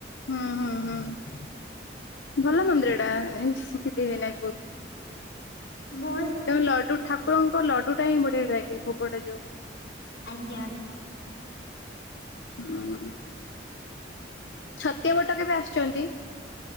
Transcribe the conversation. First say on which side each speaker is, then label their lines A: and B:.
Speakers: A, on the left; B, on the left.
A: ହୁଁ ହୁଁ ହୁଁ ଭଲ ମନ୍ଦିର ଟା ଏମିତି <unintelligible> ବହୁତ
B: ମସ୍ <unintelligible>
A: ତେ ଲଡୁ ଠାକୁରଙ୍କ ଲଡୁ ଟା ହିଁ ବଢିଆ ଲାଗେ ଭୋଗଟା ଯୋଉ।
B: ଆଜ୍ଞା।
A: ହୁଁ। ଛତିଆ ପଟ କେବେ ଆସୁଛନ୍ତି?